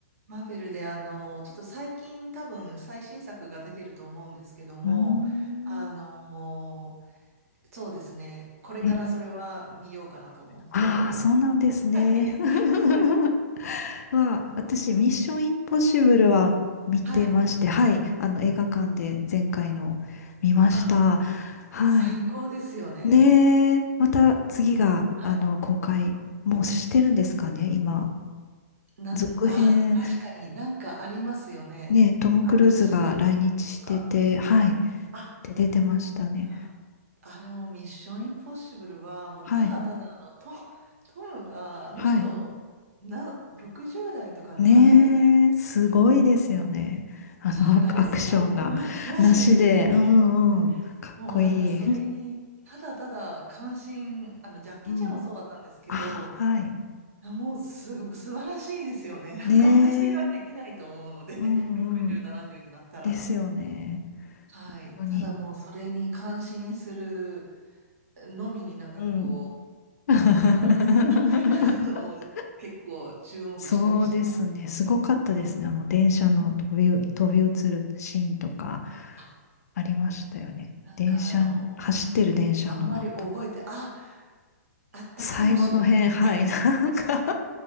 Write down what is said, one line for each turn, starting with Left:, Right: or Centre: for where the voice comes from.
Right: マーベルであの、ちょっと最近多分最新作が出てると思うんですけども、
Left: うーん。
Right: あの、そうですね、これからそれは見ようかなと思っております。
Left: え、ああ、そうなんですね。
Right: <laughs> はい。
Left: <laughs>
Right: <laughs>
Left: は、私、ミッションインポッシブルは見てまして、
Right: はい。
Left: はい、あの映画館で前回の見ました。
Right: あ、
Left: はい。
Right: 最高ですよね。
Left: ねえ、また次が、
Right: はい
Left: あの、公開、もうしてるんですかね、今。
Right: なん、
Left: 続編、
Right: あー、確かになんかありますよね。
Left: ね、トム・クルーズが来日してて、
Right: 新しいでしょうか。
Left: はい、
Right: あ、
Left: で出てましたね。
Right: ああれもミッションインポッシブルは、もうただただあのト、
Left: はい、
Right: トムが、あの人、
Left: はい。
Right: な、60代とか70代ですよね。
Left: ねえ、すごいですよね。あの、
Right: はい、
Left: アクアクションがなしで、
Right: あれスタントの話ですよね。
Left: うんうん、かっこいい。
Right: もうなんかそれに、ただただ関心、あの、ジャッキー・
Left: うん。
Right: チェンもそうだったんですけど、
Left: あ、はい。
Right: いやもうす、素晴らしいですよね。なんか私ができないと思うので、
Left: ねえ。うんうん。
Right: 60、70になったら。
Left: ですよね。
Right: はい。
Left: 本当に。
Right: ただもうそれに感心するのみになんかこう、
Left: うん。<laughs>
Right: あの、なんですか、<laughs> あの、結構注目したりしてます。
Left: そうですね。すごかったですね。あの、電車の飛びう、飛び移るシーンとか
Right: あ、
Left: ありましたよね。
Right: なんかあの、
Left: 電車、走ってる電車のとこ
Right: あんまり覚えて、あ、あったかもしれないです。
Left: 最後の辺、はい。なんか